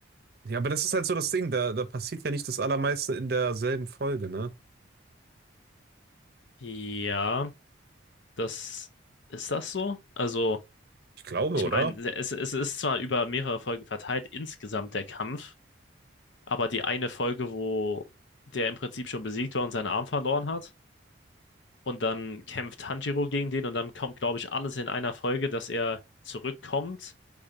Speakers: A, on the right (about 50°); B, on the left (about 70°).
A: Ja, aber das ist halt so das Ding, da, da passiert ja nicht das Allermeiste in derselben Folge, ne?
B: Ja, das ist das so? Also,
A: Ich glaube,
B: ich
A: oder?
B: meine, es, es ist zwar über mehrere Folgen verteilt, insgesamt der Kampf, aber die eine Folge, wo der im Prinzip schon besiegt war und seinen Arm verloren hat, Und dann kämpft Tanjiro gegen den und dann kommt, glaube ich, alles in einer Folge, dass er zurückkommt,